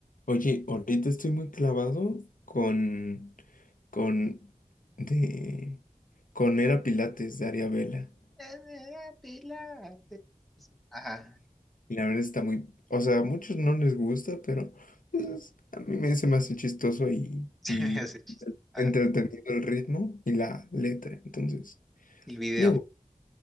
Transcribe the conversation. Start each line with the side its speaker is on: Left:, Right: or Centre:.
Left: Oye, ahorita estoy muy clavado con, con, de, con Era Pilates de Aria Vela. <laughs>
Centre: Eh, Pilates. Ajá,
Left: Y la verdad está muy, o sea, a muchos no les gusta, pero pues, a mí me, se me hace chistoso y,
Centre: <laughs> se
Left: y
Centre: me hace chiste. Ajá,
Left: entretenido el ritmo y la letra. Entonces,
Centre: el video.
Left: me gusta.